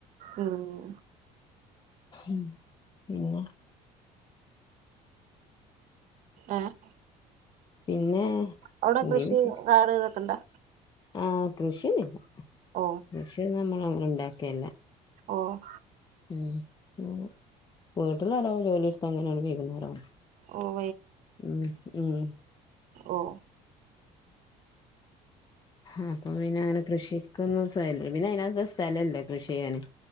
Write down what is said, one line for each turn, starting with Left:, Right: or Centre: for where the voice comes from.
Right: ഉം
Left: ഉം പിന്നെ
Right: ആഹ്
Left: പിന്നെ
Right: അവിടെ കൃഷി
Left: നീ വിശേഷ
Right: കാട് ഇത് ഒക്കെ എണ്ടാ
Left: ആഹ് കൃഷി എണ്ട്
Right: ഓ
Left: പക്ഷെ നമ്മള് അങ്ങനെ ഉണ്ടാക്കിയല്ല
Right: ഓഹ്
Left: ഉ ഉ വീട്ടില് ഒരോ ജോലി എടുത്ത് അങ്ങനെ ആണ് വൈകുന്നേരം ആവും
Right: ഓഹ്
Left: ഉം ഉം
Right: ഓ
Left: ആ അപ്പം പിന്നെ അങ്ങനെ കൃഷിക്ക് ഒന്നും സ ഇല്ല പിന്നെ അതിനാത്ത് സ്ഥലം ഇല്ല കൃഷി ചെയ്യാന്